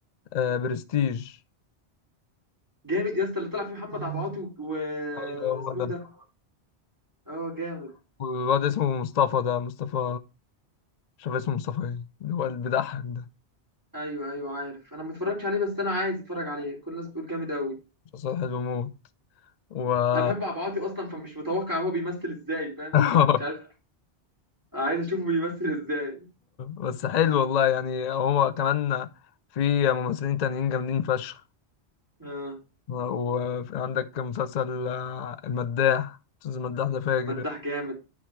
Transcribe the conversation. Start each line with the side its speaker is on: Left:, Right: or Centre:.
Left: آه، برستيج
Right: جامد يا اسطى اللي طلع فيه محمد عبعاطي و... و...
Left: ايوه
Right: اسمه
Left: هو ده
Right: ده اه جامد
Left: والواد اسمه مصطفى ده مصطفى مش عارف اسمه مصطفى ايه اللي هو اللي بيضحك ده
Right: ايوه ايوه عارف انا ما اتفرجتش عليه بس انا عايز اتفرج عليه كل الناس بتقول جامد قوي
Left: مسلسل حلو موت و...
Right: انا بحب عبعاطي اصلا فمش متوقع هو بيمثل ازاي فاهم
Left: <laughs>
Right: مش عارف مش عارف عايز اشوفه بيمثل ازاي
Left: بس حلو والله يعني هو كمان في ممثلين تانيين جامدين فشخ
Right: اه
Left: وفي عندك مسلسل آه، المداح مسلسل المداح ده فاجر
Right: مداح جامد